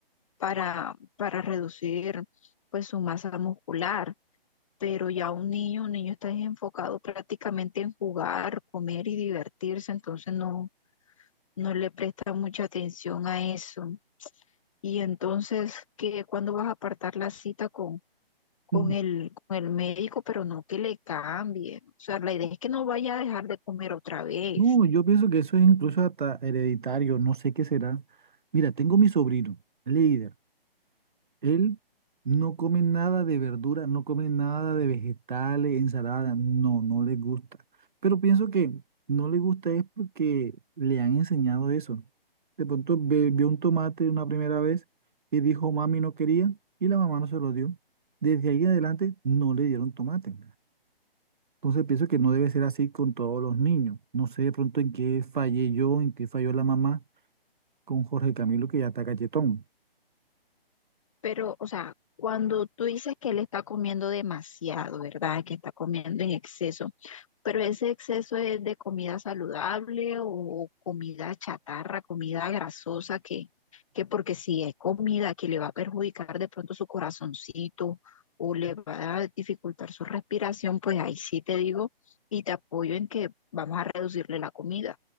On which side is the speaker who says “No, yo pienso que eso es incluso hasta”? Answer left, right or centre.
Right